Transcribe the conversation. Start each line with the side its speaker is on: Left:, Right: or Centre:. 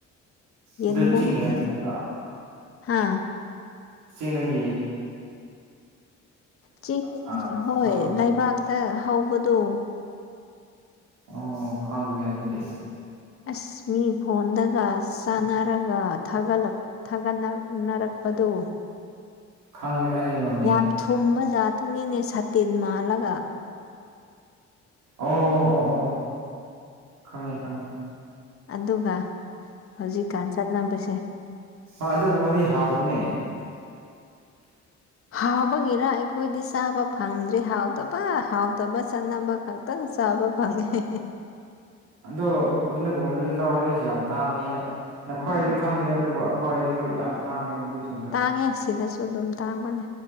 Left: ꯌꯦꯕꯨꯝ
Right: ꯑꯗꯨ ꯆꯤꯡꯒꯤ ꯉꯟꯁꯥꯡꯔꯣ
Left: ꯑꯦ ꯍꯥ
Right: ꯆꯦꯡꯅꯒꯤ
Left: ꯆꯤꯡ
Right: ꯑꯥ
Left: ꯍꯣꯏ
Right: ꯐꯪꯕꯒꯤꯅꯤ
Left: ꯂꯩꯕꯥꯛꯇ ꯍꯧꯕꯗꯣ
Right: ꯑꯣ ꯈꯪꯗꯦ ꯑꯗꯨꯗꯤ
Left: ꯑꯁ ꯃꯤ ꯐꯣꯟꯗꯒ ꯆꯥꯟꯅꯔꯒ ꯊꯥꯒꯠꯂꯛ ꯊꯥꯒꯠꯅꯅꯔꯛꯄꯗꯨ
Right: ꯈꯪꯉꯤꯗ ꯑꯅꯤꯃꯛ
Left: ꯌꯥꯝ ꯊꯨꯝꯕ ꯖꯥꯠꯇꯨꯅꯤꯅꯦ ꯁꯥꯇꯤꯟ ꯃꯥꯜꯂꯒ
Right: ꯑꯣ ꯑꯣ ꯑꯣ ꯈꯪꯉꯦ ꯈꯪꯉꯦ
Left: ꯑꯗꯨꯒ ꯍꯧꯖꯤꯛꯀꯥꯟ ꯆꯠꯅꯕꯁꯦ
Right: ꯍꯥ ꯑꯗꯨꯒꯨꯝꯕꯗꯤ ꯍꯥꯎꯕꯅꯦ <unintelligible>
Left: ꯍꯥꯎꯕꯒꯤꯔ ꯑꯩꯈꯣꯏꯗꯤ ꯆꯥꯕ ꯐꯪꯗ꯭ꯔꯦ ꯍꯥꯎꯇꯕ ꯍꯥꯎꯇꯕ ꯆꯠꯅꯕ ꯈꯛ ꯇꯪ ꯆꯥꯕ ꯐꯪꯉꯦ ꯍ‌ꯦ ꯍ‌ꯦ
Right: ꯑꯗꯣꯗ ꯑꯗꯨꯗꯤ ꯂꯧꯥꯎꯔꯗꯤ ꯑꯁ ꯌꯥꯝ ꯇꯥꯡꯉꯤ ꯅꯈ‌ꫭꯏꯗꯤ
Left: ꯎꯝ
Right: ꯈꯪꯗꯦ ꯑꯗꯨꯕꯨ ꯈꯣꯏꯗꯤꯀ‌ꫭ ꯌꯥꯝ ꯇꯥꯡꯉꯦ ꯃꯗꯨꯁ
Left: ꯇꯥꯡꯉꯦ ꯁꯤꯗꯁꯨ ꯑꯗꯨꯝ ꯇꯥꯡꯕꯅꯦ